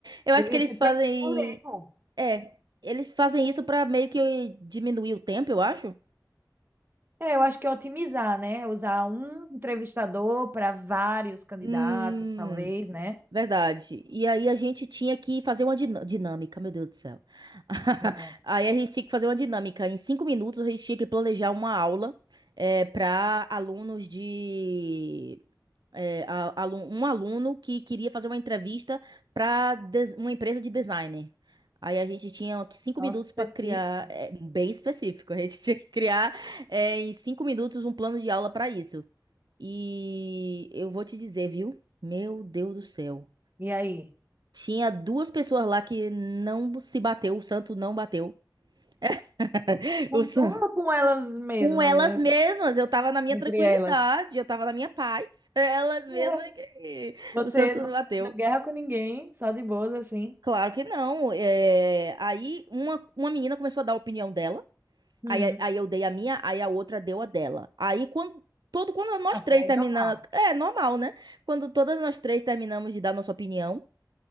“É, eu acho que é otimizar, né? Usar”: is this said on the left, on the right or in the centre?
Right